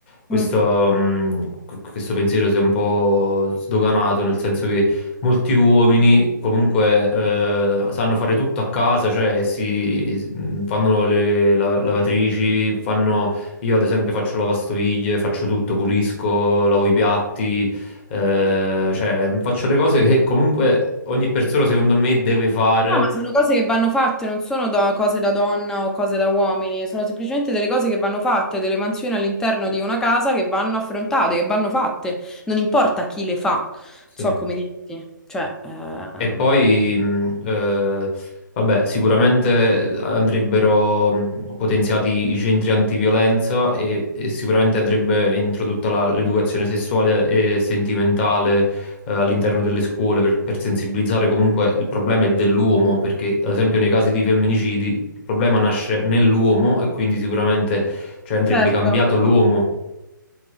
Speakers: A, on the left; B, in the centre.
A: questo,
B: Mm.
A: mh, qu- questo pensiero si è un po' sdoganato, nel senso che Molti uomini comunque eh, sanno fare tutto a casa, cioè si si- mh, fanno le la- lavatrici, fanno, io ad esempio faccio lavastoviglie, faccio tutto, pulisco, lavo i piatti, eh, cioè faccio le cose che comunque ogni persona secondo me deve fare.
B: No, ma sono cose che vanno fatte, non sono da cose da donna o cose da uomini, sono semplicemente delle cose che vanno fatte, delle mansioni all'interno di una casa che vanno affrontate, che vanno fatte, non importa chi le fa, non
A: Sì.
B: so come dirti, cioè, ehm,
A: E poi, mh, eh, vabbè, sicuramente andrebbero mh, potenziati i centri antiviolenza e, e sicuramente andrebbe introdotta la- l'educazione sessuale e sentimentale, eh, all'interno delle scuole per, per sensibilizzare. Comunque il problema è dell'uomo, perché ad esempio nei casi di femminicidi il problema nasce nell'uomo e quindi sicuramente, cioè, andrebbe
B: certo.
A: cambiato l'uomo.